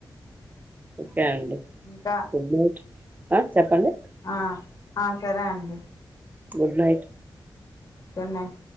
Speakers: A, on the right (about 20°); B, on the left (about 50°).
A: ఒకే అండి
B: ఇంకా
A: గుడ్ నైట్ చెప్పండి
B: ఆ ఆ సరే అండి
A: గుడ్ నైట్
B: గుడ్ నైట్